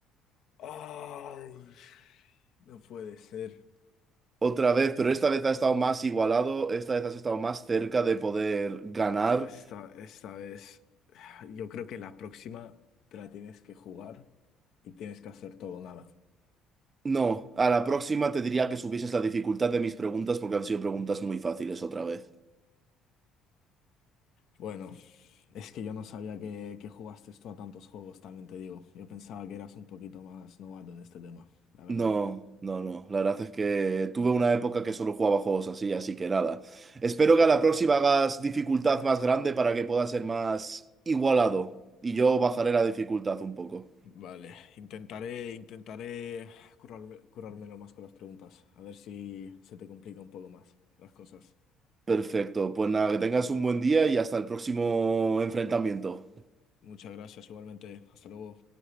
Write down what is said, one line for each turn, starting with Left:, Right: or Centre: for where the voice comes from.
Left: Ay, no puede ser.
Right: Otra vez, pero esta vez ha estado más igualado, esta vez has estado más cerca de poder ganar.
Left: Esta, esta vez, yo creo que la próxima te la tienes que jugar y tienes que hacer todo o nada.
Right: No, a la próxima te diría que subieses la dificultad de mis preguntas porque han sido preguntas muy fáciles otra vez.
Left: Bueno, es que yo no sabía que, que jugaste tú a tantos juegos, también te digo. Yo pensaba que eras un poquito más novato en este tema, la verdad.
Right: No, no, no. La verdad es que tuve una época que solo jugaba juegos así, así que nada. Espero que a la próxima hagas dificultad más grande para que pueda ser más igualado. Y yo bajaré la dificultad un poco.
Left: Vale, intentaré, intentaré currarme- currármelo más con las preguntas, a ver si se te complica un poco más las cosas.
Right: Perfecto. Pues nada, que tengas un buen día y hasta el próximo enfrentamiento.
Left: Muchas gracias, igualmente. Hasta luego.